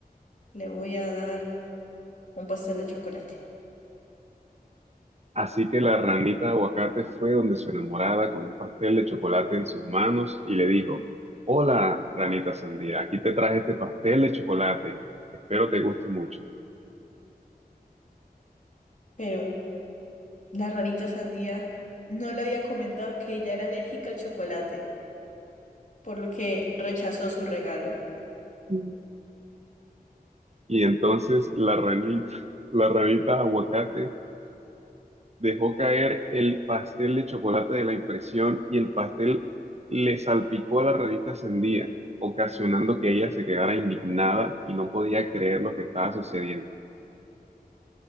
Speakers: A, on the left; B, on the right.
A: le voy a dar un pastel de chocolate.
B: Así que la ranita de aguacate fue donde su enamorada con un pastel de chocolate en sus manos y le dijo, Hola, ranita sandía, aquí te traje este pastel de chocolate. Espero te guste mucho.
A: Pero la rarita sandía no le había comentado que ella era alérgica al chocolate, por lo que rechazó su regalo.
B: Mm. Y entonces la ranita, la ranita aguacate dejó caer el pastel de chocolate de la impresión y el pastel le salpicó a la revista Sendía, ocasionando que ella se quedara indignada y no podía creer lo que estaba sucediendo.